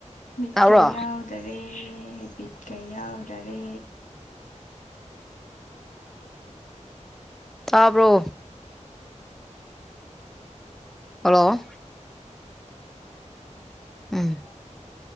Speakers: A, on the left; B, in the centre.
A: ꯃꯤꯠꯀꯩ
B: ꯇꯥꯕ꯭ꯔꯣ
A: ꯌꯥꯎꯗꯔꯦ ꯕꯤꯠꯀꯩ ꯌꯥꯎꯗꯔꯦ
B: ꯇꯥꯕꯣ ꯍꯜꯂꯣ ꯎꯝ